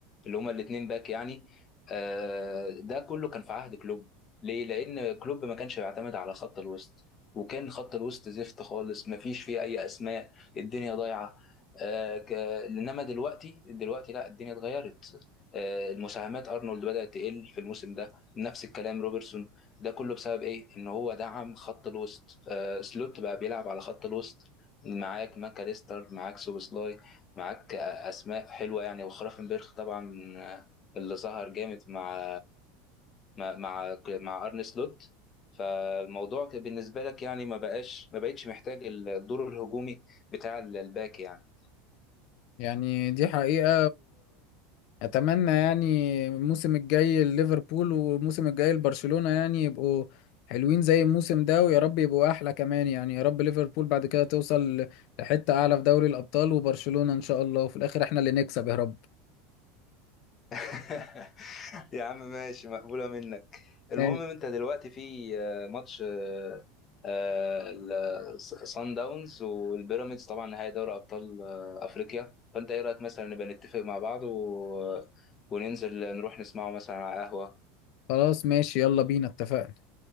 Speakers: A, on the left; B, on the left.
A: اللي هما الاثنين باك يعني آه، ده كله كان في عهد كلوب ليه لان كلوب ما كانش بيعتمد على خط الوسط وكان خط الوسط زفت خالص ما فيش فيه اي اسماء الدنيا ضايعه آه، ك- انما دلوقتي دلوقتي لا الدنيا اتغيرت آه، المساهمات ارنولد بدأت تقل في الموسم ده نفس الكلام روبرتسون ده كله بسبب ايه؟ ان هو دعم خط الوسط آه سلوت بقى بيلعب على خط الوسط معاك ماكاليستر معاك سوبوسلاي معاك آه، اسماء حلوه يعني وخرافنبرخ طبعا آه، اللي ظهر جامد مع مع مع, مع ارن سلوت فالموضوع كان بالنسبه لك يعني ما بقاش ما بقتش محتاج الدور الهجومي بتاع الباك يعني
B: يعني دي حقيقة اتمنى يعني الموسم الجاي ليفربول والموسم الجاي لبرشلونة يعني يبقوا حلوين زي الموسم ده ويا رب يبقوا احلى كمان يعني يا رب ليفربول بعد كده توصل لحتة اعلى في دوري الابطال وبرشلونة ان شاء الله وفي الاخر احنا اللي نكسب يا رب
A: <laughs> يا عم ماشي مقبولة منك المهم
B: ماشي
A: انت دلوقتي في آه، ماتش آه، آه، ال- صن داونز والبيراميدز طبعا نهائي دوري ابطال آه، افريقيا فانت ايه رايك مثلا نبقى نتفق مع بعض و... آه، وننزل نروح نسمعه مثلا على قهوة
B: خلاص ماشي يلا بينا اتفقنا